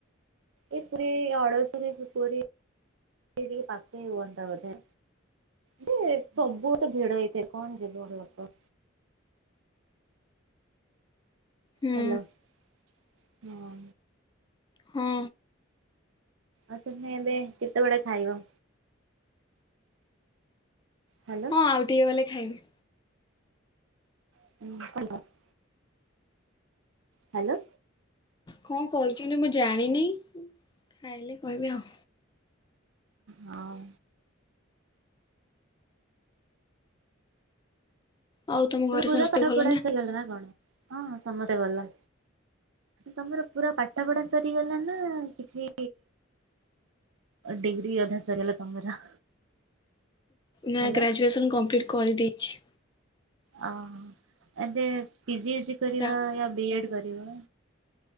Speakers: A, on the right (about 70°); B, on the left (about 20°).
A: ଏ ପୁରୀ <unintelligible> ପୁରୀ ବି ଟିକେ ପାକେଇ ହୁଅନ୍ତା ବୋଧେ। ଯେ ସବୁ ତେ ଭିଡ଼ ହେଇଥାଏ। କଣ ଯିବର ଲୋକ
B: ହୁଁ
A: ହ୍ୟାଲୋ ହଁ।
B: ହଁ।
A: ଆଉ ତୁମେ ଏବେ କେତେବେଳେ ଖାଇବ? ହ୍ୟାଲୋ।
B: ହଁ ଆଉ ଟିକେ ଗଲେ ଖାଇବି।
A: <unintelligible> ହ୍ୟାଲୋ।
B: କଣ କରୁଛନ୍ତି ମୁଁ ଜାଣିନି। ଖାଇଲେ କହିବି ଆଉ।
A: ହଁ।
B: ଆଉ ଘରେ
A: ତମ ପୁରା
B: ସମସ୍ତେ
A: ପାଠପଢ଼ା
B: ଭଲ
A: ସରିଗଲା ନା କଣ? ହଁ ସମସ୍ତେ ଭଲ। ତମର ପୁରା ପାଠ ପଢ଼ା ସରିଗଲା ନା କିଛି ଡିଗ୍ରୀ ଅଧା ସାରିଲା ତମର।
B: ନା
A: ହ୍ୟାଲୋ।
B: ଗ୍ରାଜୁଏସନ୍ କମ୍ପ୍ଲିଟ୍ କରିଦେଇଛି।
A: ଓ ଏବେ ପିଜିଜି କରିବା
B: ତା
A: ବି ଏଡ଼୍ କରିବା?